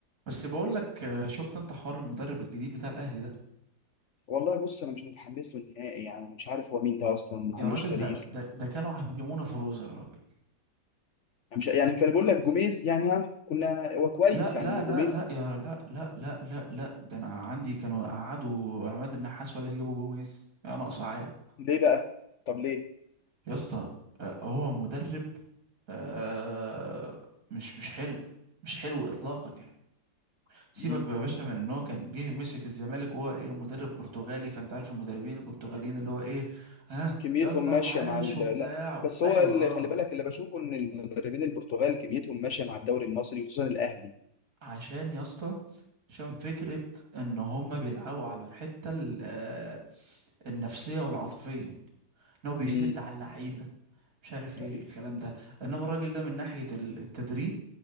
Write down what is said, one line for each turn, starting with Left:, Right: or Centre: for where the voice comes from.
Right: بس بقول لك آه، شفت انت حوار المدرب الجديد بتاع الاهلي ده
Left: والله بص انا مش متحمس له نهائي يعني انا مش عارف هو مين ده اصلا ما
Right: يا
Left: عندوش
Right: راجل
Left: تاريخ
Right: ده ده, ده كانوا عملونا فروزه يا راجل
Left: انا مش يعني كان بيقول لك جوميز يعني ها كنا هو كويس
Right: لا
Left: يعني
Right: لا لا
Left: جوميز
Right: لا يا لا لا لا لا لا ده انا عندي كانوا يقعدوا عماد النحاس ولا يجيبوا جوميز يا ناقص عيا
Left: ليه بقى طب ليه
Right: يا اسطى آه، هو مدرب آه، مش مش حلو مش حلو اطلاقا يعني سيبك
Left: مم.
Right: بقى يا باشا من ان هو كان جه مسك الزمالك وهو ايه مدرب برتغالي فانت عارف المدربين البرتغاليين اللي هو ايه ها
Left: كميتهم
Right: يلا
Left: ماشيه
Right: وعاش
Left: مع ال...
Right: وبتاع
Left: لا بس
Right: ايوه
Left: هو اللي
Right: اه
Left: خلي بالك اللي بشوفه ان المدربين البرتغال كميتهم ماشيه مع الدوري المصري وخصوصا الاهلي
Right: عشان يا اسطى عشان فكرة ان هما بيلعبوا على الحتة ال- آه، النفسية والعاطفية ان هو بيشد
Left: امم
Right: على اللعيبة مش عارف
Left: طيب
Right: ايه الكلام ده انما الراجل ده من ناحية ال- التدريب